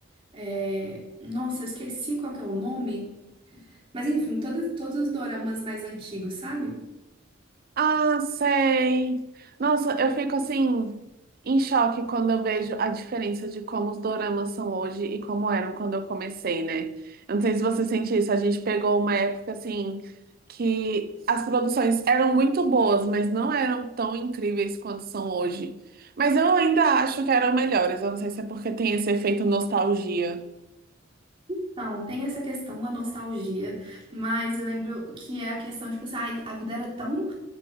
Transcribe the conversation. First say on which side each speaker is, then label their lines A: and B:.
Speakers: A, on the right; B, on the right.
A: é, Nossa, eu esqueci qual que é o nome. Mas enfim, todas, todos os doramas mais antigos, sabe?
B: Ah, sei. Nossa, eu fico assim em choque quando eu vejo a diferença de como os doramas são hoje e como eram quando eu comecei, né? Eu não sei se você sente isso, a gente pegou uma época assim que as produções eram muito boas, mas não eram tão incríveis quanto são hoje. Mas eu ainda acho que eram melhores, eu não sei se é porque tem esse efeito nostalgia.
A: Então, tem essa questão da nostalgia, mas eu lembro que é a questão, tipo assim, ai, a vida era tão